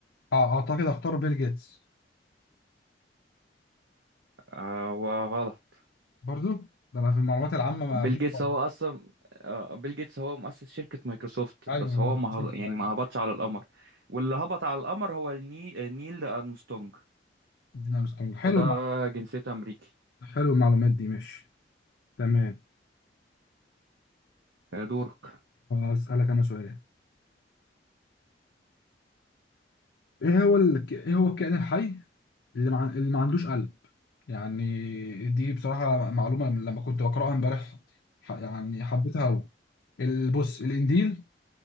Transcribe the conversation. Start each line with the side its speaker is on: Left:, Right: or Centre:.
Left: اه اعتقد اختار بيل جيتس
Right: آه وغلط
Left: برضو ده انا في المعلومات العامه ما
Right: بيل
Left: فيش
Right: جيتس
Left: فرق
Right: هو أصلا آه بيل جيتس هو مؤسس شركة مايكروسوفت
Left: ايوه
Right: بس
Left: انا
Right: هو ما
Left: شفت
Right: هب... يعني
Left: ايوه
Right: ما هبطش على القمر واللي هبط على القمر هو الني... آه، نيل أرمسترونج
Left: ادينا مستوى حلو
Right: وده
Left: المع...
Right: جنسيته أمريكي
Left: حلو المعلومات دي ماشي تمام
Right: آه، دورك
Left: هسألك انا سؤال ايه هو ال... ايه هو الكائن الحي اللي ما... اللي ما عندوش قلب يعني دي بصراحة معلومة من لما كنت بقرأها امبارح ح- يعني حبيتها أوي ال- بص الإنديل